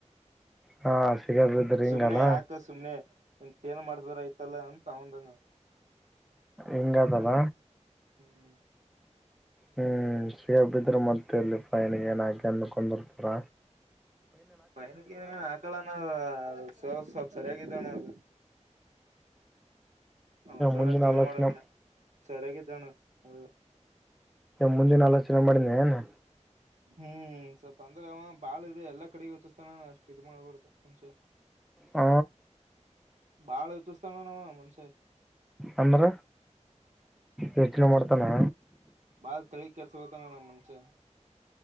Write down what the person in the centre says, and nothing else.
ಹಾ ಸಿಗರ್ ಬಿದ್ರ ಹಿಂಗಲ್ಲ
ಇಂಗಾದಲ್ಲ.
ಹ್ಮ್ -ಸೇಬಿದ್ರೆ ಮತ್ತೆ ಇಲ್ಲಿ ಫೈನ್ ಗಿನ್ ಅಂದಕಂದಿರ್ತರ.
ಮುಂದಿನ
ಆಲೋಚನೆ
ಮುಂದಿನ ಆಲೋಚನೆ ಮಾಡಿದ್ನಾ.
ಹ
ಅಂದ್ರ ಯೋಚನೆ ಮಾಡ್ತಾನೆ.